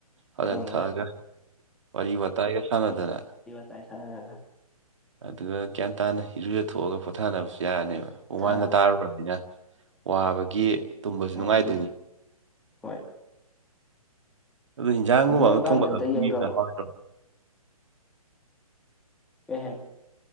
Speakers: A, on the right; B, in the centre.
A: ꯑꯗꯨꯖꯅ
B: ꯇꯧꯔꯒ
A: ꯊꯛꯑꯒ ꯋꯥꯔꯤ ꯋꯥꯇꯥꯏꯒ ꯁꯥꯟꯅꯗꯅ
B: ꯇꯥꯏꯁꯥꯅꯔꯒ
A: ꯑꯗꯨꯒ ꯒ꯭ꯌꯥꯟ ꯇꯥꯅ ꯏꯔꯨꯖ ꯊꯣꯛꯑꯒ ꯄꯣꯊꯥꯅꯕꯁꯨ ꯌꯥꯔꯅꯦꯕ ꯗꯨꯃꯥꯡꯒ
B: ꯊꯥꯅꯕ
A: ꯇꯥꯔꯨꯔꯕꯅꯤꯅ ꯋꯥꯕꯒꯤ ꯇꯨꯝꯕꯖꯨ ꯅꯨꯡꯉꯥꯏꯗꯣꯏꯅꯤ
B: ꯅꯣꯡꯃꯒꯤ ꯍꯣꯏ
A: ꯑꯗꯨ ꯍꯤꯟꯖꯥꯡꯒꯨꯝꯕ
B: ꯕꯣꯜꯒꯥꯡꯗꯤ
A: ꯑꯃ ꯊꯣꯡꯕꯗ
B: ꯑꯝꯇ
A: ꯐꯣꯡꯕꯤꯕꯗ
B: ꯌꯦꯡꯗ꯭ꯔꯕꯣ
A: ꯍꯥꯎꯔꯗ꯭ꯔꯣ
B: ꯀꯩ ꯍꯥꯏ